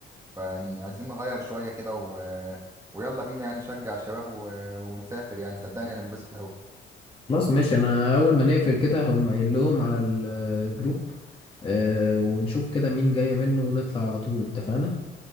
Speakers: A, on the right; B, on the left.
A: فيعني عايزين نغير شوية كده و... ويلا بينا يعني نشجع الشباب و... ونسافر يعني صدقني هننبسط أوي
B: ماشي أنا أول ما نقفل كده هقوم قايل لهم على الجروب آه، ونشوف كده مين جاية منه ونطلع على طول اتفقنا